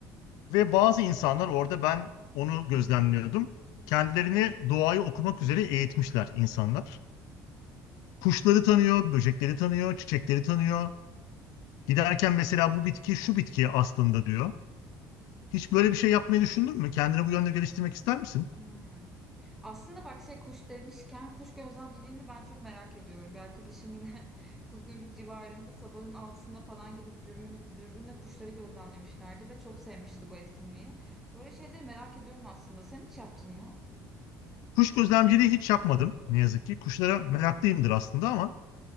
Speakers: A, on the left; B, in the centre.
A: Ve bazı insanlar orada ben onu gözlemliyordum. Kendilerini doğayı okumak üzere eğitmişler insanlar. Kuşları tanıyor, böcekleri tanıyor, çiçekleri tanıyor. Giderken mesela bu bitki şu bitki aslında diyor. Hiç böyle bir şey yapmayı düşündün mü? Kendini bu yönde geliştirmek ister misin?
B: Hmm. Aslında bak şey kuş demişken kuş gözlemciliğini ben çok merak ediyorum. Bir arkadaşım yine <laughs> Kuzguncuk civarında sabahın altısında falan gidip dürbün, dürbünle kuşları gözlemlemişlerdi ve çok sevmişti bu etkinliği. Böyle şeyleri merak ediyorum aslında. Sen hiç yaptın mı?
A: Kuş gözlemciliği hiç yapmadım ne yazık ki. Kuşlara meraklıyımdır aslında ama